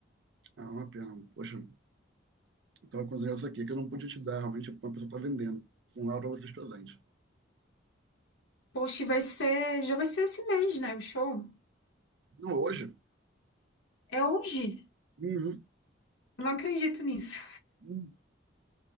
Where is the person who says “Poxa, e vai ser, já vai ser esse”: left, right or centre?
Left